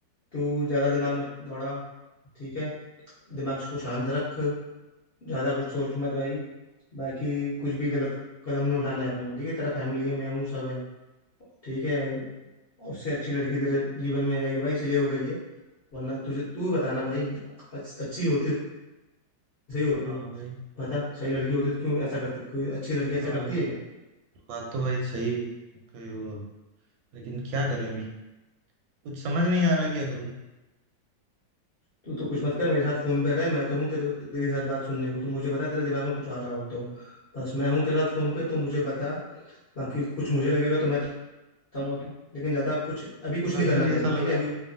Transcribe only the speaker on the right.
हाँ
भाई
हाँ
बात तो भाई सही कहे हो आप। लेकिन क्या करें अभी कुछ समझ नहीं आ रहा क्या करूं
कभी
कभी
ऐसा
लग
रहा
है